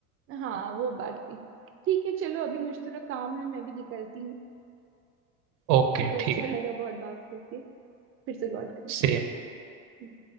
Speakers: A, on the right (about 30°); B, on the right (about 70°).
A: हाँ वो बात भी है ठीक है चलो अभी मुझे थोड़ा काम है मैं भी निकलती हूँ
B: ओके
A: चलो
B: ठीक
A: अच्छा
B: है
A: लगा बहुत बात करके फिर से कॉल करना
B: सेम
A: ठीक है। हम्म।